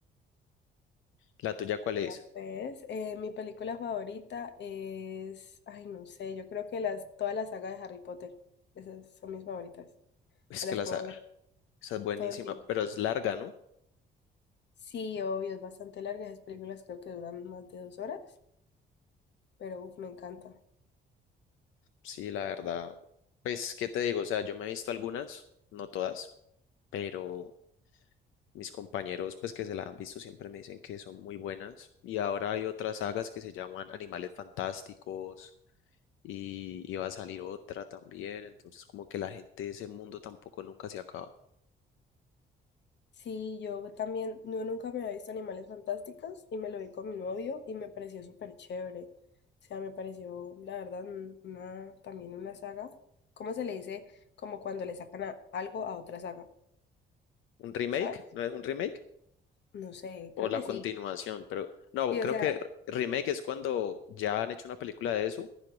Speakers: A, on the left (about 85°); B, on the left (about 60°).
A: ¿La tuya cuál es?
B: Ya ves, eh, mi película favorita es, ay, no sé, yo creo que las, toda la saga de Harry Potter, esas son mis favoritas.
A: Es
B: Me las
A: que la
B: puedo
A: sa-
B: ver
A: esa es buenísima,
B: todo el tiempo.
A: pero es larga, ¿no?
B: Sí, obvio, es bastante larga, esas películas creo que duran más de dos horas, pero uf, me encanta.
A: Sí, la verdad. Pues, ¿qué te digo? O sea, yo me he visto algunas, no todas, pero mis compañeros, pues que se la han visto, siempre me dicen que son muy buenas. Y ahora hay otras sagas que se llaman Animales Fantásticos y iba a salir otra también. Entonces, como que la gente de ese mundo tampoco nunca se acaba.
B: Sí, yo también, yo nunca me había visto Animales Fantásticos y me lo vi con mi novio y me pareció súper chévere. O sea, me pareció, la verdad, un- una, también una saga. ¿Cómo se le dice? Como cuando le sacan a- algo a otra saga,
A: ¿Un remake?
B: ¿sabes?
A: ¿No es un remake?
B: No sé,
A: ¿O
B: creo
A: la
B: que
A: continuación?
B: sí.
A: Pero no,
B: Sí,
A: creo
B: o sea,
A: que remake es cuando ya han hecho una película de eso